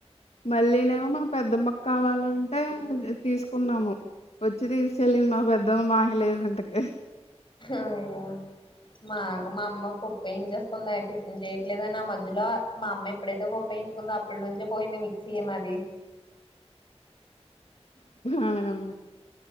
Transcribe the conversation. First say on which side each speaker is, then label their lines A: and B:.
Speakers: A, on the left; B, on the left.
A: మళ్ళీ నేమో, మా పెద్దమ్మ కు కావాలంటే తీసుకున్నాము. వచ్చి తీసుకెళ్ళింది మా పెద్దమ్మ మాకి లేదు ఇంతకి
B: అయ్యో మాగా మా అమ్మ పప్ప ఏం చేసుకుంద, టిఫన్ చేయట్లేదని ఆ మధ్యలో మా అమ్మ ఎప్పుడైతే పప్ప. ప్పేంచుకుందొ అప్పటి నుంచే పోయింది మిక్సీ మాది
A: అవునా